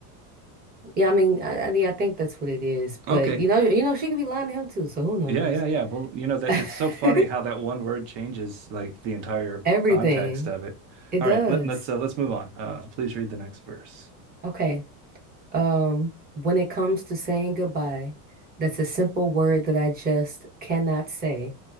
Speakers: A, on the right (about 20°); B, on the right (about 50°).
A: Yeah, I mean, I, I- yeah, I think that's what it is.
B: Okay.
A: But you know, you know, she could be lying to him too. So who knows?
B: Yeah, yeah, yeah. Well, you know that
A: <laughs>
B: it's so funny how that one word changes like the entire
A: Everything
B: context of it.
A: it
B: All
A: does.
B: right, let, let's uh, let's move on. Uh, please read the next verse.
A: Okay. Um, when it comes to saying goodbye, that's a simple word that I just cannot say.